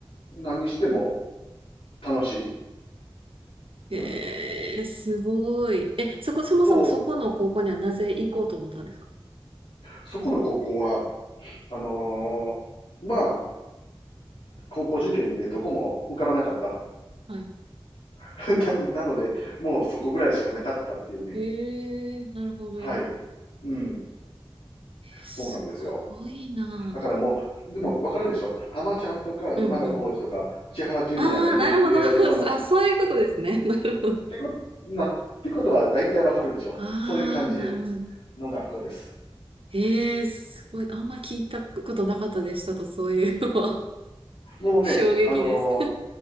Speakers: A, on the left; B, on the right.
A: 何しても楽しい。
B: ええ、
A: うん。
B: すごい。え、そこ、そもそもそこの高校にはなぜ行こうと思ったんですか
A: そう、そこの高校は、あのーまあ、高校受験でどこも受からなかった。
B: はい。
A: <laughs> なの、なので、もうそこぐらいしかなかったっていうね。
B: ええ、なるほど。
A: はい。うん。
B: すごいな。
A: そうなんですよ。だからもう、でもわかるでしょ浜ちゃんとか今田耕司とか千原ジュニアが入れ、
B: うんうん。ああ、なるほど。
A: 入れられそうな、
B: <laughs>
A: っ
B: あ、そういうことですね。<laughs> なるほど。
A: てこと、な、ってことは大体わかるでしょそういう感じ
B: ああ、なるほど。
A: の学校です。
B: ええすごい。あんま聞いたことなかったでしたと、そういうのは <laughs>
A: もうね、
B: 衝撃です
A: あの